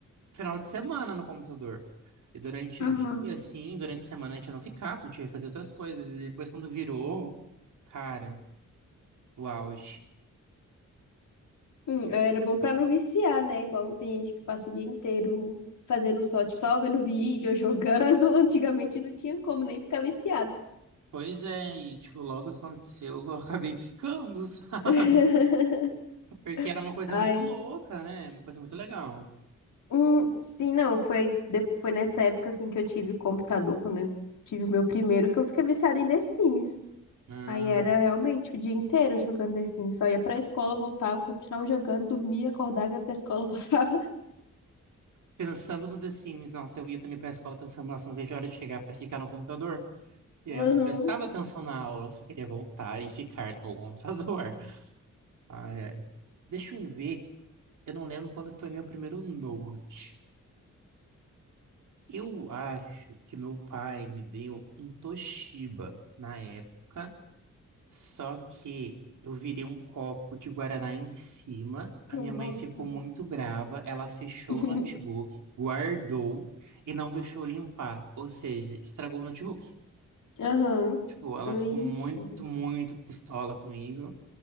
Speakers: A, on the right (about 75°); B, on the left (about 80°).
A: final de semana no computador. E durante
B: Aham.
A: o dia assim, durante a semana a gente não ficava, a gente ia fazer outras coisas. E depois quando virou, cara, o auge.
B: Hum, Era bom pra não viciar, né? Igual tem gente que passa o dia inteiro fazendo só, tipo, só vendo vídeo ou jogando. <laughs> Antigamente não tinha como nem ficar viciado.
A: Pois é, e tipo, logo que aconteceu, eu acabei ficando, <laughs> sabe?
B: <laughs>
A: Porque era uma coisa
B: Ai,
A: muito louca, né? Uma coisa muito legal.
B: hum, sim, não, foi, de- foi nessa época assim que eu tive computador, quando eu tive o meu primeiro, que eu fiquei viciada em The Sims.
A: Ah,
B: Aí era realmente o dia inteiro jogando The Sims. Só ia pra escola, voltava, continuava jogando, dormia, acordava, ia pra escola, <laughs> voltava.
A: pensando no The Sims, nossa, eu ia também pra escola pensando, nossa, não vejo a hora de chegar pra ficar no computador. E
B: Uhum.
A: aí eu não prestava atenção na aula, eu só queria voltar e ficar no computador. <laughs> Ah, é. Deixa eu ver, eu não lembro quando foi meu primeiro Note. Eu acho que meu pai me deu um Toshiba na época. Só que eu virei um copo de guaraná em cima. A minha mãe
B: Nossa.
A: ficou muito brava. Ela fechou
B: <laughs>
A: o notebook, guardou e não deixou limpar. Ou seja, estragou o notebook.
B: Aham.
A: Tipo, ela
B: Vixe.
A: ficou muito, muito pistola comigo.